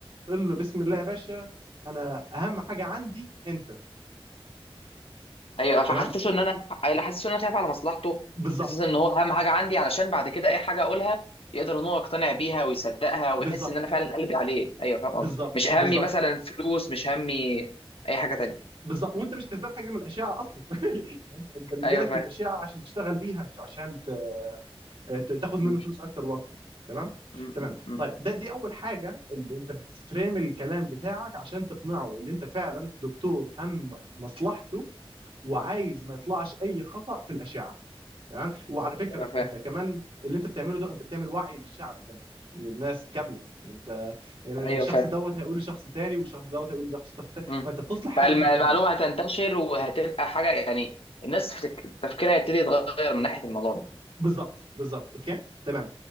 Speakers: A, on the right; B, on the left.
A: قل له بسم الله يا باشا انا اهم حاجه عندي انت
B: ايوه فحسسه
A: تمام
B: ان انا حسسه ان انا خايف على مصلحته
A: بالظبط
B: حسسه ان هو اهم حاجه عندي علشان بعد كده اي حاجه اقولها يقدر ان هو يقتنع بيها ويصدقها ويحس
A: بالظبط
B: ان انا فعلا قلبي عليه ايوه فاهم قصدي
A: بالظبط
B: مش
A: بالظبط
B: همي مثلا فلوس مش همي اي حاجه تانية
A: بالظبط وانت مش كسبان حاجه من الاشعه اصلا <laughs> يعني انت انت بيجي
B: ايوه
A: لك
B: فاهم
A: الاشعه عشان تشتغل بيها مش عشان ت... ت- تاخد
B: مم.
A: منه فلوس اكتر واكتر تمام
B: مم.
A: تمام
B: مم.
A: طيب ده دي اول حاجه اللي انت بتفريم الكلام بتاعك عشان تقنعه اللي انت فعلا دكتور همك مصلحته وعايز ما يطلعش اي خطأ في الاشعه تمام وعلى فكره
B: ايوه فاهم
A: انت كمان اللي انت بتعمله ده انت بتعمل وعي للشعب كمان للناس كامله انت يعني
B: ايوه
A: الشخص
B: فاهم
A: دوت هيقول لشخص تاني والشخص دوت هيقول لشخص تاني
B: مم.
A: فانت بتصلح حاله
B: فالمعلومة
A: مجتمع
B: هتنتشر وهتبقى حاجة يعني الناس في تك- تفكيرها يبتدي يتغير من ناحية الموضوع ده
A: بالظبط بالظبط اوكي تمام